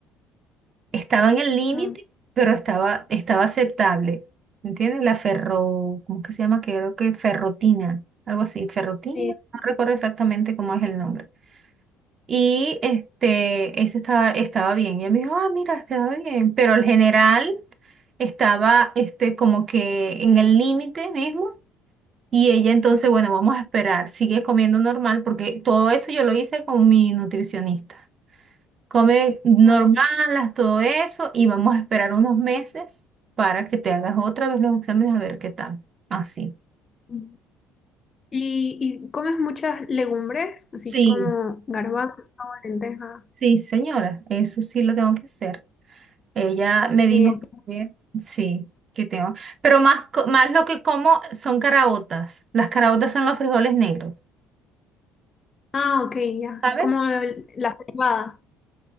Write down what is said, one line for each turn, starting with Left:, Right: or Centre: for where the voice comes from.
Right: Estaba en el límite,
Left: Mm,
Right: pero estaba, estaba aceptable. ¿Entiendes? La ferro, ¿cómo que se llama? Creo que ferrotina, algo así. Ferrotina,
Left: Sí,
Right: no recuerdo exactamente cómo es el nombre. Y este, ese estaba, estaba bien. Y él me dijo, ah, mira, estaba bien. Pero el general estaba este, como que en el límite mismo. Y ella entonces, bueno, vamos a esperar, sigue comiendo normal, porque todo eso yo lo hice con mi nutricionista. Come normal,
Left: ok.
Right: haz todo eso, y vamos a esperar unos meses para que te hagas otra vez los exámenes a ver qué tal. Así.
Left: Mm. ¿Y, y comes muchas legumbres, así
Right: Sí,
Left: como garbanzo, lenteja?
Right: sí, señora, eso sí lo tengo que hacer. Ella me dijo
Left: Sí.
Right: que sí, que tengo. Pero más, co- más lo que como son caraotas. Las caraotas son los frijoles negros.
Left: Ah, ok, ya.
Right: ¿Saben?
Left: Como el- la frijolada.